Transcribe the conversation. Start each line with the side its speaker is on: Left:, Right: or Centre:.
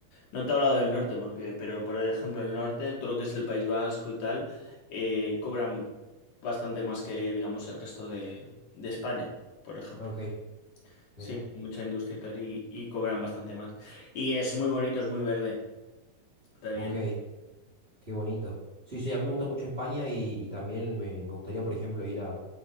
Left: No te he hablado del norte, porque, pero por ejemplo, el norte, todo lo que es el País Vasco y tal, eh, cobran bastante más que, digamos, el resto de, de España, por ejemplo.
Right: Ok,
Left: Sí,
Right: mira,
Left: hay mucha industria y tal, y, y cobran bastante más. Y es muy bonito, es muy verde también.
Right: ok, qué bonito. Sí, sí, a mí me gusta mucho España y, y también me, me gustaría, por ejemplo, ir a,